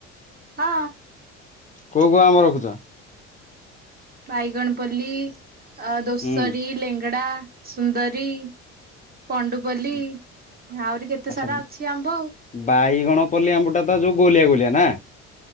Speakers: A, on the right; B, on the left.
A: ହଁ।
B: କୋଉ କୋଉ ଅମ୍ବ ରଖୁଚ?
A: ବାଇଗଣ ପଲି। ଅ ଦୋସରି
B: ହୁଁ
A: ଲେଙ୍ଗଡ଼ା ସୁନ୍ଦରୀ। ପଣ୍ଡୁପଲ୍ଲୀ
B: <inaudible>
A: ଆହୁରି କେତେ
B: ଆଛା
A: ସାରା ଅଛି ଆମ୍ବ
B: ବାଇଗଣ ପଲି ଆମ୍ବଟା ତ ଯୋଉ ଗୋଲିଆ ଗୋଲିଆ ନା।